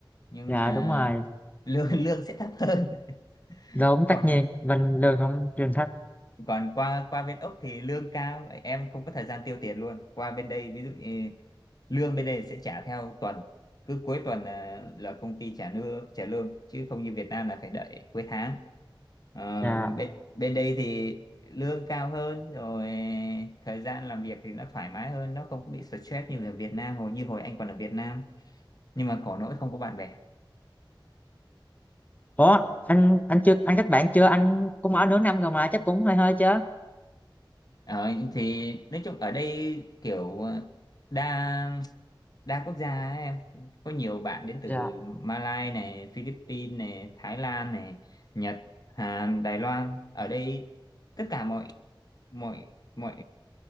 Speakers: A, on the left; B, on the left.
A: nhưng
B: Dạ
A: mà
B: đúng rồi,
A: lương <laughs> lương sẽ thấp hơn <laughs>
B: đúng
A: còn
B: tất nhiên bên lương không trên thích.
A: còn qua qua bên úc thì lương cao em không có thời gian tiêu tiền luôn qua bên đây ví dụ như lương bên đây sẽ trả theo tuần cứ cuối tuần là, là công ty trả lương trả lương chứ không như Việt Nam là phải đợi cuối tháng Ờ,
B: Dạ.
A: bên bên đây thì lương cao hơn rồi thời gian làm việc thì nó thoải mái hơn nó không có bị stress như ở Việt Nam hồi như hồi anh còn ở Việt Nam nhưng mà khổ nỗi không có bạn bè
B: Ủa, anh anh chưa anh kết bạn chưa? Anh cũng ở nửa năm rồi mà chắc cũng hơi hơi chứ.
A: Ờ, thì nói chung ở đây kiểu ờ, đa đa quốc gia ấy, em có nhiều bạn đến từ
B: Dạ.
A: Malaysia này, Philippines này, Thái Lan này, Nhật, Hàn, Đài Loan ở đây tất cả mọi mọi mọi